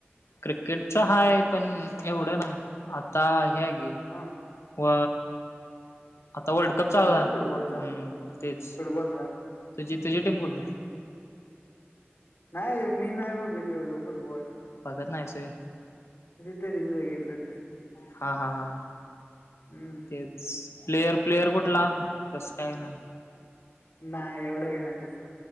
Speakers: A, on the left; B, on the left.
A: क्रिकेट च हाय पण एवढं नाही आता ही हाय की
B: हा.
A: व. आता वर्ल्ड कप
B: चालू
A: चालला.
B: आहे ना फुटबॉलचा
A: हम्म तेच.
B: फुटबॉलचा
A: तुझी तुझी टीम
B: हम्म
A: कुठल्या.
B: नाही मी नाही बघ तेवढं फुटबॉल.
A: बघत नाहीस व्हय.
B: कदीच बघितलं तार.
A: हा हा हा
B: हम्म
A: तेच प्लेयर, प्लेअर कुठला? तस काय नाही.
B: नाही एवढं काही नाही तसं.